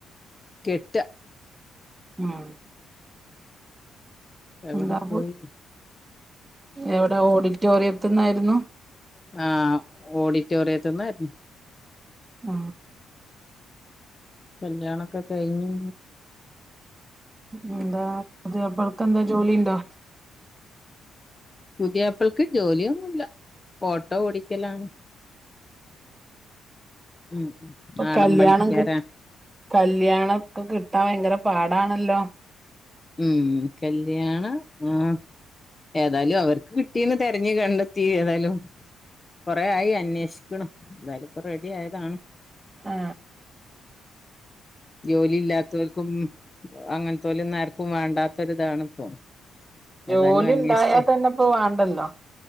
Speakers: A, on the left; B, on the right.
A: കെട്ട...
B: മ്
A: എവിടെ
B: <unintelligible>
A: പോയി
B: എവിടെ ഓഡിറ്റ് റ്റോറിയത്തുന്നായിരുന്നു?
A: ആ ഓഡിറ്റോറിയത്ത്ന്നായിരുന്നു.
B: ആ
A: കല്യാണൊക്കെ കഴിഞ്ഞു
B: <unintelligible> എന്താ പുതിയാപ്ലക്കെന്താ ജോലിണ്ടോ?
A: പുതിയാപ്പൾക്ക് ജോലിയൊന്നുല്ല ഓട്ടോ ഓടിക്കലാണ്. ഉം
B: ഓ
A: നാടൻ
B: കല്യാണം
A: പണിക്കാരാ
B: കിട്ടും കല്യാണ <unintelligible> കിട്ടാൻ ഭയങ്കര പാടാണല്ലോ
A: ഉം കല്യാണം ആ ഏതായാലും അവർക്ക് കിട്ടീന്ന് തിരഞ്ഞു കണ്ടെത്തി ഏതായാലും കൊറെ ആയി അന്വേഷിക്കണം എതായാലും ഇപ്പൊ റെഡി ആയതാണ്.
B: ആ
A: ജോലിയില്ലാത്തവർക്കും അങ്ങനെത്തോലും നേരക്കും വേണ്ടാത്തൊരിതാണ് ഇപ്പൊ.
B: ജോലി
A: ഏതായാലും അന്വേഷിച്ച
B: ഉണ്ടായാ തന്നെ ഇപ്പ വാണ്ടല്ലോ